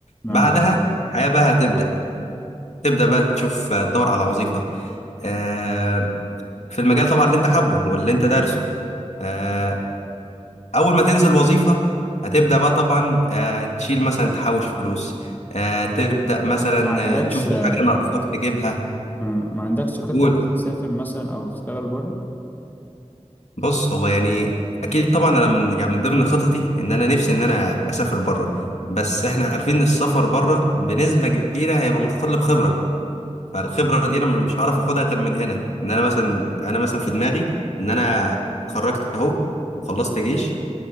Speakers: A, on the left; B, on the left.
A: اه
B: بعدها الحياة بقى هتبدأ تبدأ بقى تشوف آه، تدور على وظيفة آه في المجال طبعا اللي انت حابه واللي انت دارسه آه اول ما تنزل وظيفة هتبدأ بقى طبعا آه تشيل مثلا تحوش فلوس آه تبدأ مثلا
A: ما عندكش
B: آه، تشوف
A: آه،
B: في حاجة ناقصاك تجيبها
A: آه، ما عندكش خطه
B: قول
A: انك تسافر مثلا او تشتغل بره
B: بص هو يعني اكيد طبعا انا من يعني من ضمن خططي ان انا نفسي ان انا اسافر بره بس احنا عارفين ان السفر بره بنسبه كبيره هيبقى متطلب خبره فالخبره دي انا مش هعرف اخدها غير من هنا ان انا مثلا انا مثلا في دماغي ان انا اتخرجت اهو وخلصت جيش